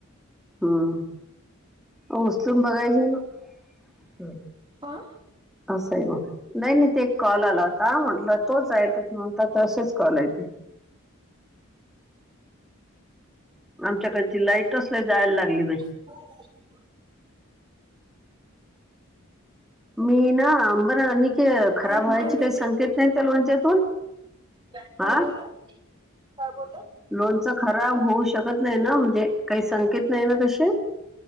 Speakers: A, in the centre; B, on the right (about 20°).
A: हूं! उचलून बघायच ना,
B: हा
A: असं आहे मं. नाही नाही ते एक कॉल आला होता, म्हटलं तोच आहे त मग म्हणता तसेच कॉल आहे ते. आमच्या कडची लाईटच लई जायांला लागली बई.
B: <inaudible>
A: मी ना बर निके खराब
B: अरे
A: व्हायची
B: बाई
A: काही संकेत नाही. त्या लोंणच्यातून
B: काय
A: आ!
B: बोलला काय बोले!
A: लोणचं खराब होऊ शकत नाही ना, म्हणजे काही संकेत नाही ना तशे.